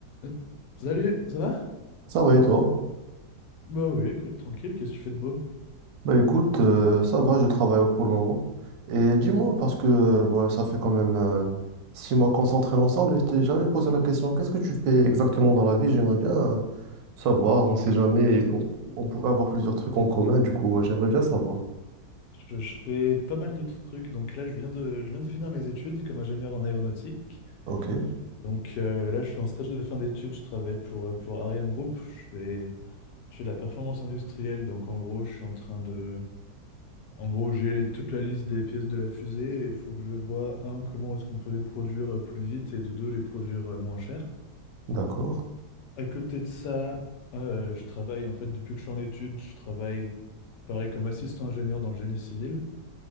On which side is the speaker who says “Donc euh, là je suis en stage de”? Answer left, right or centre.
Left